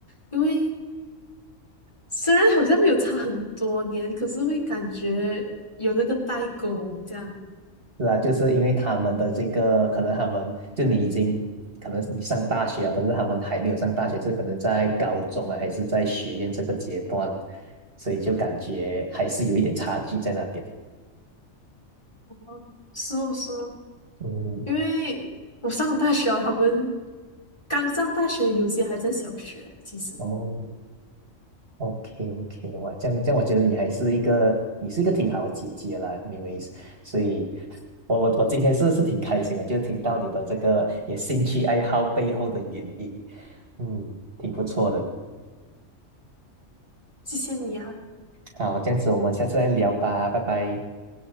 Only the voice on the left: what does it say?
因为虽然好像没有差很多年，可是会感觉有那个代沟这样。
哦是哦，是哦，
因为我上大学啊，他们刚上大学，有些还在小学。其实，
谢谢你啊。